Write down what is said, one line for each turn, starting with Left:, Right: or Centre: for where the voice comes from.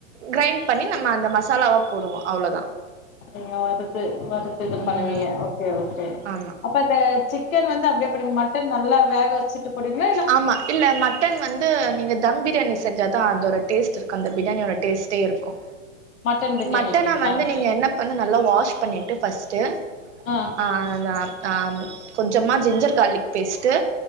Right: க்ரைன் பண்ணி நம்ம அந்த மசாலாவ போடுவோ அவ்ளதா
Left: நீங்க வறுத்து வறுத்து இத பண்ணுவீங்கஓகே
Right: ம்
Left: ஓகே
Right: ஆமா
Left: இப்பந்த சிக்கன் வந்து அப்டே போடுவிங்க மட்டன் நல்லா வேக வ ச்சுட்டு போடுவிங்ளா
Right: ஆமா இல்ல ம ட்டன் வந்து நீங்க தம் பிரியாணி செஞ்சா தா அதோட டேஸ்ட்ருக்கு அந்த பிரியாணியோட டேஸ்ட்டே இருக்கு
Left: மட்டன் பிரியாணிக்குங்களா
Right: மட்டன வந்து நீங்க என்ன பண்ணு நல்லா வாஷ் பண்ணிட்டு ஃபஸ்ட்டு
Left: ஆ
Right: ஆனாம் ஆம் கொஞ்சமா ஜிஞ்சர் கார்லிக் பேஸ்ட்டு